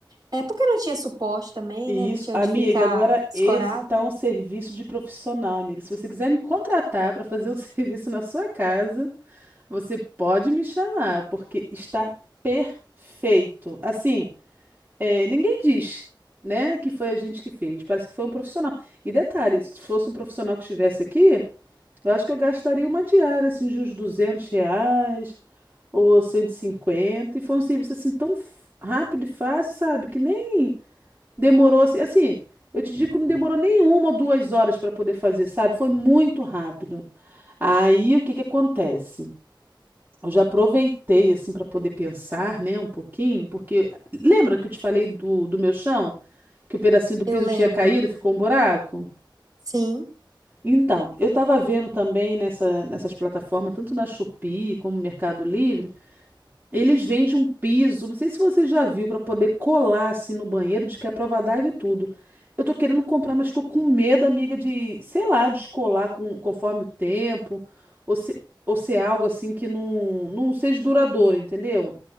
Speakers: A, on the right; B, on the right.
A: é porque não tinha suporte também,
B: E
A: né? Não
B: Isso,
A: tinha
B: amiga,
A: onde ficar
B: agora
A: escorado.
B: esse tá um serviço de profissional, amiga. Se você quiser me contratar para fazer um <laughs> serviço na sua casa, você pode me chamar, porque está perfeito. Assim, é, ninguém diz, né, que foi a gente que fez. Parece que foi um profissional. E detalhe, se fosse um profissional que estivesse aqui, eu acho que eu gastaria uma diária, assim, de uns 200 reais ou 150. E cinquenta. E foi um serviço, assim, tão f- rápido e fácil, sabe? Que nem demorou, assim, assim, eu te digo que não demorou nem uma ou duas horas para poder fazer, sabe? Foi muito rápido. Aí, o que que acontece? Eu já aproveitei, assim, para poder pensar, né, um pouquinho, porque lembra que eu te falei do, do meu chão? que o pedacinho do
A: Eu
B: piso
A: lembro.
B: tinha caído, ficou um buraco.
A: Sim.
B: Então, eu estava vendo também nessa, nessas plataformas, tanto na Shopee como no Mercado Livre, eles vendem um piso, não sei se você já viu, para poder colar assim no banheiro, de que é prova d'água e tudo. Eu tô querendo comprar, mas estou com medo, amiga, de, sei lá, descolar com, conforme o tempo, ou se, ou ser algo assim que não, não seja duradouro, entendeu?